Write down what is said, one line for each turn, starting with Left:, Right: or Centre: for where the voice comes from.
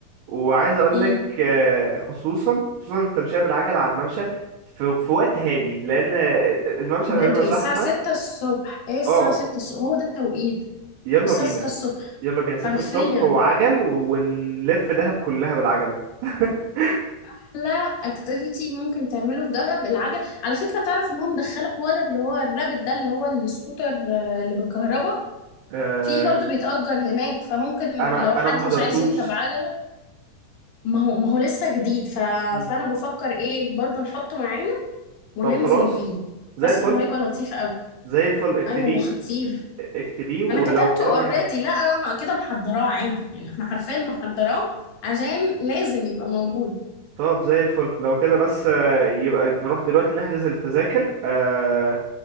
Right: وعايز اقول
Left: مم.
Right: لك آه، خصوصا خصوصا التمشية بالعجل على الممشى في, في وقت هادي لان آه، الممشى
Left: بدري
Right: لما بيبقى زحمة
Left: الساعة ستة الصبح ايه الساعة
Right: اه
Left: ستة الصبح هو ده التوقيت
Right: يلا
Left: الساعة
Right: بينا
Left: ستة الصبح
Right: يلا بينا ستة
Left: حرفيا
Right: الصبح وعجل ونلف دهب كلها بالعجلة <laughs>
Left: أحلى اكتيفيتي ممكن تعمله في دهب العجل على فكرة تعرف إنهم دخلوا حوار اللي هو الرابت ده اللي هو السكوتر آه، اللي بالكهرباء
Right: آه،
Left: في برضه بيتأجر هناك فممكن
Right: انا
Left: لو
Right: انا
Left: حد
Right: ما حضرتوش
Left: مش عايز يركب عجلة ما هو ما هو لسه جديد ف...
Right: مم.
Left: فأنا بفكر إيه برضه نحطه معانا وننزل
Right: طب خلاص
Left: بيه
Right: زي
Left: حاسه
Right: الفل
Left: انه هيبقى لطيف قوي
Right: زي الفل اكتبيه
Left: ايوه هو خطير
Right: اكتبيه ولو
Left: انا كتبته
Right: كده
Left: اوريدي لا انا كده محضراه عادي يعني احنا حرفيا محضراه عشان لازم يبقى موجود
Right: طب زي الفل لو كده بس آه، يبقى نروح دلوقتي نحجز التذاكر آه،